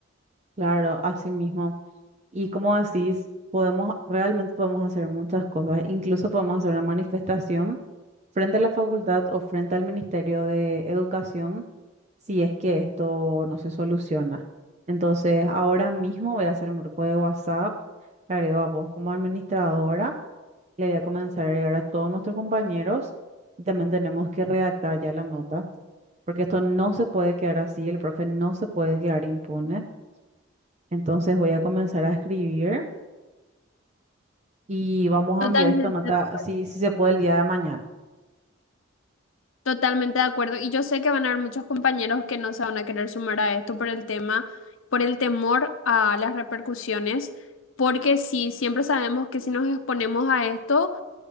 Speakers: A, on the right (about 35°); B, on the left (about 75°).
A: Claro, así mismo. Y como decís, podemos, realmente podemos hacer muchas cosas. Incluso podemos hacer una manifestación frente a la facultad o frente al Ministerio de Educación si es que esto no se soluciona. Entonces, ahora mismo voy a hacer un grupo de WhatsApp, le agrego a vos como administradora, le voy a comenzar a agregar a todos nuestros compañeros y también tenemos que redactar ya la nota, porque esto no se puede quedar así, el profe no se puede quedar impune. Entonces, voy a comenzar a escribir y vamos
B: Totalmente,
A: a enviar esta nota,
B: de- acu-
A: si, si se puede, el día de mañana.
B: totalmente de acuerdo. Y yo sé que van a haber muchos compañeros que no se van a querer sumar a esto por el tema, por el temor a las repercusiones, porque sí, siempre sabemos que si nos exponemos a esto,